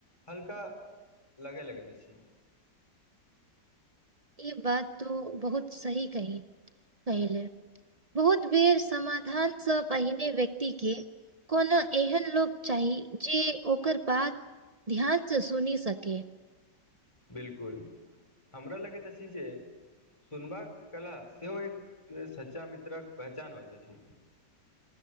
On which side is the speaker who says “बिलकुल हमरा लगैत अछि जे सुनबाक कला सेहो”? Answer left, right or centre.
Left